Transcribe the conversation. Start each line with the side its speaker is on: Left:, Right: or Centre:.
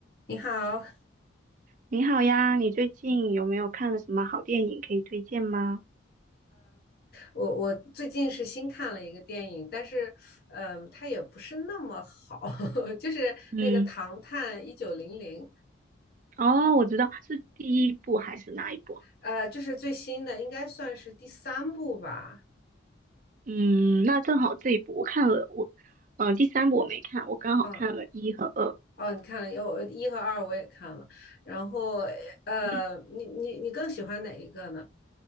Left: 你好，
Right: 你好呀，你最近有没有看了什么好电影可以推荐吗？
Left: 我我最近是新看了一个电影，但是，嗯，它也不是那么好，<laughs> 就是那个《唐探一九零零》，
Right: 嗯哦，我知道是第一部还是哪一部啊
Left: 呃，就是最新的，应该算是第三部吧。
Right: 嗯，那正好这一部我看了，我，呃，第三部我没看，我刚好看了一和二。
Left: 嗯，哦，你看了，有一和二我也看了，然后，呃，
Right: 嗯，
Left: 你你你更喜欢哪一个呢？